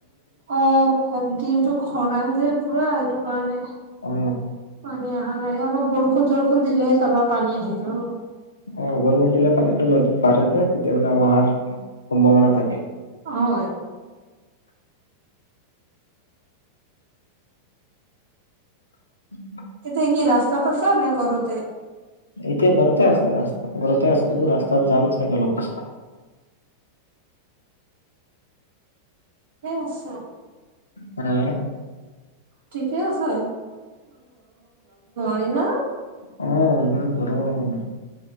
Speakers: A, on the right (about 60°); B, on the left (about 75°).
A: অহ দিনটো খৰাং যে পুৰা এইটো কাৰণে পানী
B: অ
A: অহা নাই অলপ বৰষুণ চৰষুণ দিলেই চাবা পানী আহি যাব
B: অহ বৰষুণ দিল পানীটো নদীত বাঢ়ে তেতিয়া অহাৰ সম্ভাৱনা থাকে
A: হয়
B: <unintelligible> <unintelligible>
A: এতিয়া কি ৰাস্তাত আছে নে ঘৰতে
B: এতিয়া ঘৰতে আছে ৰাস্তা ঘৰতে আছো ৰাস্তাত যাম চাগে অলপ পিছত
A: এয়া ‌চা
B: হে
A: ঠিকে আছে। হলেই ন
B: অহ ইমান গৰম